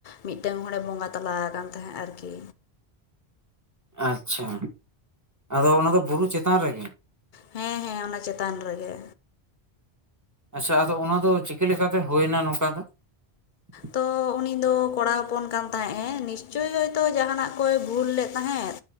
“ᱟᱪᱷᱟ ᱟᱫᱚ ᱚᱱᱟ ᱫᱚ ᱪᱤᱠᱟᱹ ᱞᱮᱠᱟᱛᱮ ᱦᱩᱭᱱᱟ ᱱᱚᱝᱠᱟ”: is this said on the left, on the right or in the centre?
Right